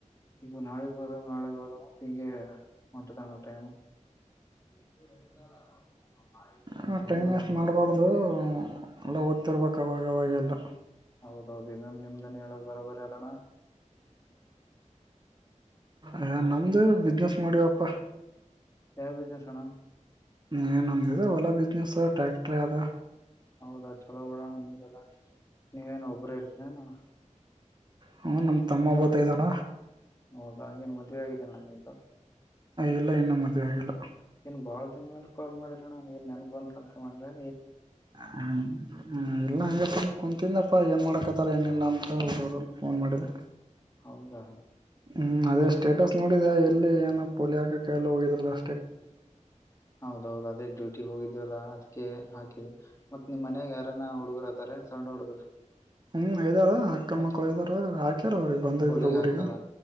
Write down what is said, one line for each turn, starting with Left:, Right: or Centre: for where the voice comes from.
Left: ಇವು ನಾಳೆಗೆ ಹೋದಾಮ ನಾಳೆಗೆ ಹೋದಾಮ ತಂಗೆ ಒಂಟ ತಾಣ ಟೈಮು. <unintelligible>
Right: ಹ
Left: ಹೌದಣ
Right: ಟೈಮ್ ವೇಸ್ಟ್ ಮಾಡ್ಬಾರ್ದು ಎಲ್ಲ ಓದ್ತಿರ್ಬೇಕಕ್ ಅವಾಗವಾಗೆಲ್ಲ.
Left: ಹೌದೌದು ಇನ್ನನ್ ನಿಮ್ದನ ಹೇಳೋ್ ಬರೋಬರಿ ಅದಣ.
Right: ಹ ನಮ್ದು ಬಿಸ್ನೆಸ್ ಮಾಡಿವಪ್ಪಾ.
Left: ಯಾವ ಬಿಸ್ನೆಸ್ ಅಣ್ಣ
Right: ಏ ನಂದಿದೆ ಹೊಲ್ಲ ಬಿಸ್ನೆಸ್ ಟ್ರ್ಯಾಕ್ಟರ್ ಅದ.
Left: ಹೌದಾ ಚಲೋ ಉೋಡೋಣ ನಿಮಗೆಲ್ಲ ನೀವೇನ್ ಒಬರೇ ಇರ್ತೀನ ನೋಣ.
Right: ಹ ನಮ ತಮ್ಮ ೊತ ಇದ್ದಾರ.
Left: ಹೌದಾ ಏನ್ ಮದುವೆ ಆಗಿದ್ದ ಅಣ್ಣ ನಿಮ್ದು. ಹ್ಮ್ಮ
Right: ಇಲ್ಲ ಇನ್ನು ಮದ್ವೆ ಆಗಿಲ್ಲ
Left: ಏನ್ ಬಾಳ ದಿನ ಮ್ಯಲ್ ಕಾಲ್ ಮಾಡಿರಣ ಏನ್ ನನ್ಗ್ ಬಂತಂತ ಮಾಡ್ರೆ.
Right: ಹ್ಮ ಇಲ್ಲ ಹಂಗೆ ಸಮ ಕುಂತಿಂದಪ್ಪಾ ಏನ್ ಮಾಡ್ಕತಾರ ಏನಿಲ್ಲಾ ಅಂತ ಹರು. ಫೋನ್ ಮಾಡಿದೆ
Left: ಹೌದಾ
Right: ಹ್ಮ ಅದೇ ಸ್ಟೇಟಸ್ ನೋಡಿದೆ ಎಲ್ಲಿ ಏನಪ್ಪ. ಪೊಲಿ ಆಾಕ ಕ ಕೆಲ ಹೋಗದರ ಅಲ್ಲ.
Left: ಹೌದೌದು ಅದೇ ಡ್ಯೂಟಿಗೆ ಹೋಗಿದೀವಲ್ಲ. ಕೆ ಹಾಕಿದೆವಿ ಮತ್ತತ್ ನಿಮ್ಮ ಮನ್ಯಾಗ ಯಾರನ್ನ ಹುಡುಗರು ಅತಾರೆ ಸಣ್ಣ ಹುಡುಗರು.
Right: ಹ್ಮ್ ಇದಾರ ಅಕ್ಕನ
Left: ಮತ್ತ
Right: ಮಕ್ಳು ಇದಾರ ಹಾಕ್ಯಾರ ಅವ್ರಿಗೆ ಬಂದಿದ್ರು
Left: ಪೋಳಿಗೆ
Right: ಊರಿಗೆ
Left: ಹಾಕ್ಯರ.